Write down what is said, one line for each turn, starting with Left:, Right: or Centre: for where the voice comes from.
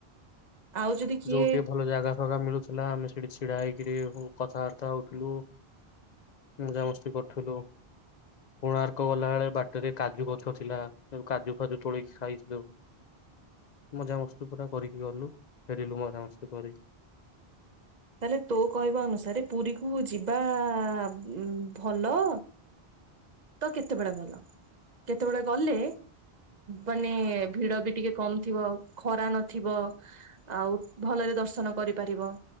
Right: ଆଉ ଯଦି କିଏ
Left: ଯୋଉଟ୍ ଟିକେ ଭଲ ଜାଗା ଫାଗା ମିଳୁଥିଲା ଆମେ ସେଡି ଛିଡା ହେଇକିରି କଥାବାର୍ତ୍ତା ହଉଥିଲୁ। ମଜାମସ୍ତି କର୍ ଥିଲୁ କୋଣାର୍କ ଗଲାଏଳେ ବାଟେରେ କାଜୁ ଗଛ ଥିଲା ତେଣୁ କାଜୁ ଫାଜୁ ତୋଳେଇ ଖାଇଥିଲୁ। ମଜାମସ୍ତି ପୁରା କରିକି ଗଲୁ ଫେରିଲୁ ମଜାମସ୍ତି କରିକି
Right: ତାଲେ ତୋ କହିବା ଅନୁସାରେ ପୁରୀ କୁ ଯିବା ଉଁ ଭଲ? ତ କେତେବେଳେ ଗଲ କେତେବେଳେ ଗଲେ ବାନେ ଭିଡ ବି ଟିଗେ କମ ଥିବ ଖରା ନଥିବ ଆଉ ଭଲେରେ ଦର୍ଶନ କରିପାରିବ।